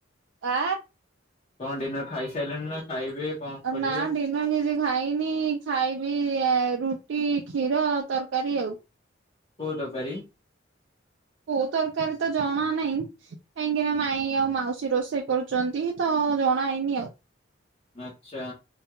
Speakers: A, on the right; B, on the left.
A: ଆ
B: କଣ ଡିନର ଖାଇସାରିଲେଣି ନା ଖାଇବେ? କଣ କରିବେ
A: ନାଁ ଡି ନାଁ କିଛି ଖାଇନି ଖାଇବି ରୁଟି କ୍ଷୀର ତରକାରୀ ଆଉ।
B: କୋଉ ତରକାରୀ?
A: କୋଉ ତରକାରୀ ତ ଜଣା ନାହିଁ କାହିଁକି ନା ମାଇଁ ଆଉ ମାଉସୀ ରୋଷେଇ କରୁଛନ୍ତି ତ ଜଣା ହେଇନି ଆଉ
B: ଆଛା